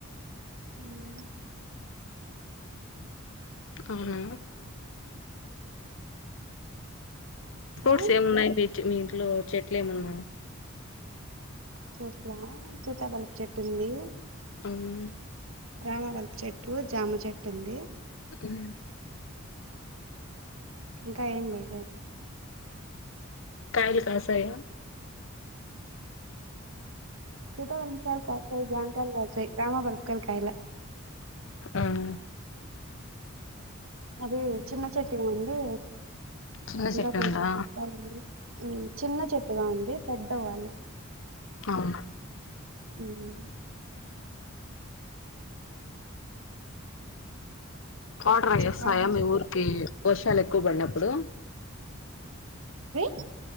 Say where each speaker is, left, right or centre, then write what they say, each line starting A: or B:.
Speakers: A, on the right; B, on the left.
A: అ <inaudible>
B: అవునా ఫ్రూట్స్
A: ఆ
B: ఏమిన్నాయి మీ మీ ఇంట్లో చెట్లు ఏమిన్నాయి
A: చెట్ల సీతాపలపు చెట్టు ఉంది
B: మ్మ్
A: రామపలుపు చెట్టు జామ చెట్టు ఉంది
B: ఉం
A: ఇంకా ఏం వేయలేదు
B: కాయలు కాసాయ
A: సీతా పలపు కాయలు కాసాయి జామ కాయలు కాసాయి రామపలపు కాయలు కాయలా
B: ఉం
A: అది చిన్న చెట్టుగా అండి
B: చిన్న
A: ఇంకా
B: చెట్టు
A: కొంచెం
B: ఉందా
A: పెద్ద అవ్వాలి ఉం చిన్న చెట్టుగా ఉంది పెద్ద అవ్వాలి
B: అవునా
A: ఉం
B: వాటర్ అయ్యి
A: చెప్పాలి
B: వస్తాయా మీ ఊరికి వర్షాలు ఎక్కువ పడినప్పుడు
A: అ